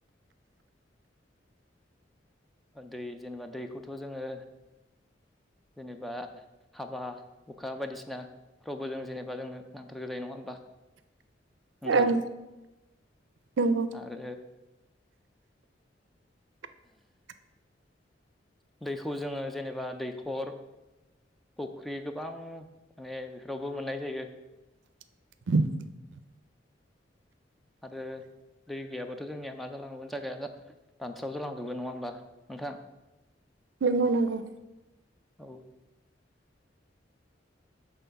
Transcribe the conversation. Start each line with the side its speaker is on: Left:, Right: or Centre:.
Centre: दै जेनेबा दैखौथ जोङो
Right: <inaudible>
Centre: जेनेबा हाबा हुखा बायदिसिना फ्रावबो जों जेनेबा जोंनो नांथारगौ जायो नङा होमबा?
Right: <inaudible>
Centre: नोंथां
Right: ओं नोंगौ।
Centre: आरो
Right: <inaudible>
Centre: दैखौ जोङो जेनेबा दैखर फख्रि गोबां माने बेफोरावबो मोननाय जायो।
Right: <inaudible>
Centre: आरो दै गैयाबा थ जोंनिया मा जालांगौमोन जागाया रानस्राव जालांजोबगोन नङा होमबा नोंथां।
Right: नोंगौ नोंगौ।
Centre: औ